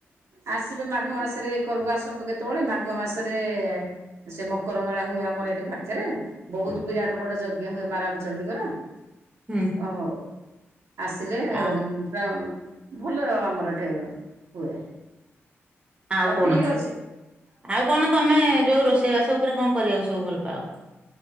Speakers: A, on the right (about 80°); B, on the right (about 20°).
A: ଆସିବେ ମାଘ ମାସରେ କରଗ ଆସ ନ୍ତୁ କେତେବେଳେ ମାଘ ମାସରେ ସେ ମକର ମେଳା ହୁଏ ଆମର ଏଠି ପାଖରେ। ବହୁତ ବିରାଟ ବଡ ଯଜ୍ଞ ହୁଏ ମା ରାମଚଣ୍ଡୀଙ୍କର।
B: ହୁଁ
A: ଓହୋ ଆସିଲେ
B: ଆଉ
A: ପୁରା। ଭଲ ଆମର ଏଠି ହୁଏ।
B: ଆଉ
A: ହଉ
B: କଣ
A: ଠିକ୍ ଅଛି
B: ଆଉ କଣ ତମେ ଯୋଉ ରୋଷେ ଇବାସ ଉପରେ କଣ କରିବାକୁ ସବୁ ଭଲ ପାଅ?